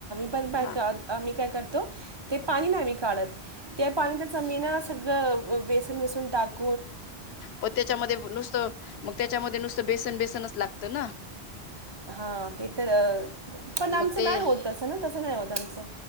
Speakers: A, on the right (about 25°); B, on the left (about 75°).
A: पण काय
B: हा
A: आम्ही काय करत तो. ते पाणी नाय मी काढत त्या पाणी त्याचा मेना सगळं वेसन वेसून टाक
B: पण त्याच्यामध्ये नुसत मग त्याच्यामध्ये नुसतं बेसन बेसनच लाग त ना?
A: हा ते तर पण आमचं
B: मग ते
A: नाही होतसं ना तस नाही होत आमचं